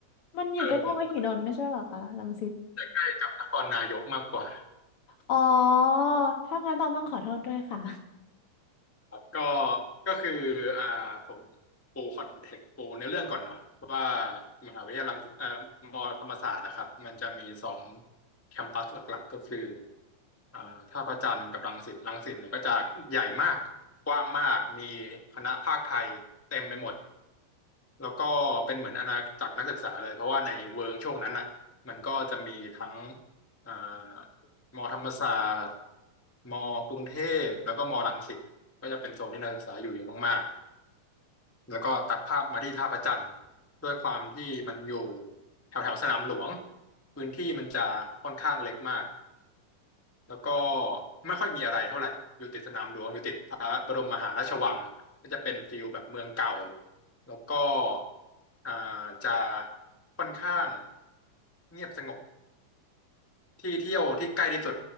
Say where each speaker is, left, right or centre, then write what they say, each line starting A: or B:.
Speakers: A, on the left; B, on the left.
A: มันอยู่ใกล้ๆมหิดลไม่ใช่เหรอคะรังสิต
B: เออผมจะใกล้กับนครนายกมากกว่า
A: อ๋อถ้างั้นต้องต้องขอโทษด้วยค่ะ
B: ก็ก็คืออ่าผมปูคอนเทกต์ปูในเรื่องก่อนเนาะว่ามหาวิทยาลัยเอ่อมอธรรมศาสตร์นะครับมันจะมีสองแคมปัสหลักๆก็คืออ่าท่าพระจันทร์กับรังสิตรังสิตเนี่ยก็จะใหญ่มากกว้างมากมีคณะภาคไทยเต็มไปหมด แล้วก็เป็นเหมือนอาณาจักรนักศึกษาเลยเพราะว่าในเวิร์กช่วงนั้นอ่ะมันก็จะมีทั้งอ่ามอธรรมศาสตร์มอกรุงเทพแล้วก็มอรังสิตก็จะเป็นโซนที่นักศึกษาอยู่เยอะมากๆแล้วก็ตัดภาพมาที่ท่าพระจันทร์ด้วยความที่มันอยู่แถวแถวสนามหลวงพื้นที่มันจะค่อนข้างเล็กมาก แล้วก็ไม่ค่อยมีอะไรเท่าไหร่ อยู่ติดสนามหลวง อยู่ติดพระบรมมหาราชวังก็จะเป็นฟิลแบบเมืองเก่าแล้วก็อ่าจะค่อนข้างเงียบสงบที่เที่ยวที่ใกล้ที่สุด